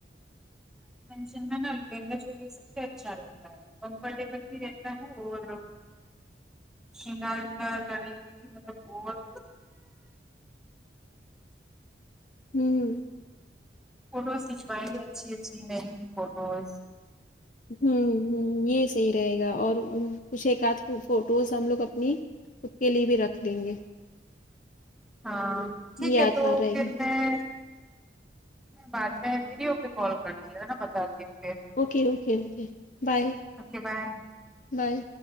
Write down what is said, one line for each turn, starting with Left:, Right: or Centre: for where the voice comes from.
Centre: شن میں نا لیننگا چلی سب سے اچھا رہتا ہے کمفرٹیبل بھی رہتا ہے اور شندا کرے ہوئے بھی مطلب بہت
Left: ہوں
Centre: فوٹوز کھنچوائیں گے اچھی اچھی نئی نئی فوٹوز
Left: ہ ہ یہ صحیح رہے گا اور کچھ ایک ادھ فوٹوز ہم لوگ اپنی اس کے لیے بھی رکھ دیں گے
Centre: ہاں ٹھیک
Left: یہ یادگار
Centre: ہے تو
Left: رہے
Centre: پھر
Left: گی
Centre: میں بعد میں پھری ہو کے کال کرتی ہوں نا بتاتی ہوں پھر
Left: okay okay okay bye
Centre: okay bye
Left: bye